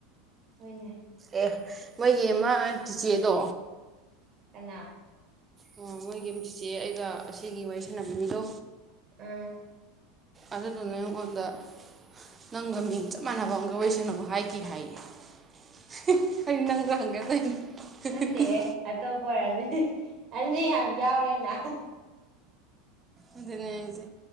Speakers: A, on the right; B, on the right.
A: ꯍꯣꯏꯅꯦ
B: ꯑꯦ ꯃꯣꯏꯒꯤ ꯑꯃ ꯆꯤꯆꯦꯗꯣ
A: ꯀꯅꯥ
B: ꯑꯣ ꯃꯣꯏꯒꯤ ꯑꯝ ꯆꯤꯆꯦ ꯑꯩꯒ ꯑꯁꯤꯒꯤ ꯋꯥꯔꯤ ꯁꯥꯟꯅꯕ ꯃꯤꯗꯣ
A: ꯎꯝ
B: ꯑꯗꯨꯗꯨꯅ ꯑꯩꯉꯣꯟꯗ ꯅꯪꯒ ꯃꯤꯡ ꯆꯞ ꯃꯥꯟꯅꯕ ꯑꯃꯒ ꯋꯥꯔꯤꯁꯅꯨ ꯍꯥꯏꯒꯤ ꯍꯥꯏꯌꯦ <unintelligible>
A: ꯅꯠꯇꯦꯍꯦ ꯑꯇꯣꯞꯄ ꯑꯣꯏꯔꯝꯅꯤ ꯑꯗꯤ ꯌꯥꯝ ꯌꯥꯎꯔꯦꯅ
B: ꯑꯗꯨꯅꯦ ꯍꯥꯏꯁꯤ